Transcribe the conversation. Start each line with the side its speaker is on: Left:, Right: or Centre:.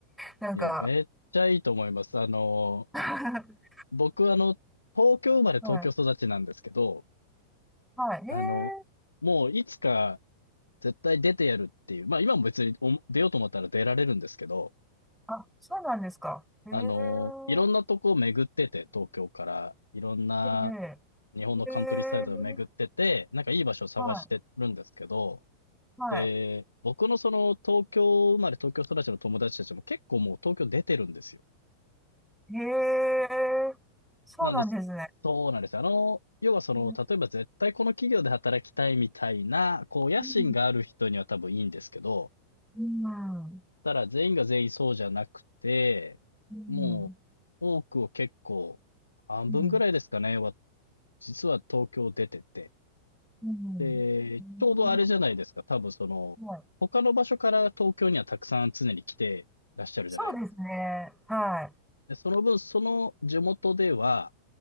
Centre: なんか、
Left: いや、めっちゃいいと思います。あの、
Centre: <laughs>
Left: 僕あの、東京生まれ東京育ちなんですけど、
Centre: はい。はい。へえ。
Left: あの、もういつか絶対出てやるっていう、まあ今も別にお出ようと思ったら出られるんですけど、
Centre: あ、そうなんですか。へえ。
Left: あの、いろんなとこを巡ってて、東京から、いろんな
Centre: え
Left: 日本のカントリーサイドを巡ってて、
Centre: え。へえ。
Left: なんかいい場所を探してるんですけど
Centre: はい。は
Left: で、僕のその東京生まれ東京育ちの友達たちも結構もう東京出てるんですよ。
Centre: い。へえ。そうなんですね。
Left: なんです。そうなんですよ。あの、要はその、
Centre: うん。
Left: 例えば絶対この企業で働きたいみたいな、こう、野心がある人には多分いいんですけど、
Centre: うん。うん。
Left: ただ全員が全員そうじゃなくて、
Centre: うん。
Left: もう、多くを結構、半分ぐらいですかね、
Centre: う
Left: は、実は東京出てて。
Centre: ん。
Left: で、
Centre: うん
Left: ちょうどあれじゃないですか。多分その、
Centre: はい。
Left: 他の場所から東京にはたくさん常に来てらっしゃるじゃない
Centre: そうですね。は
Left: で、その分、その地元では、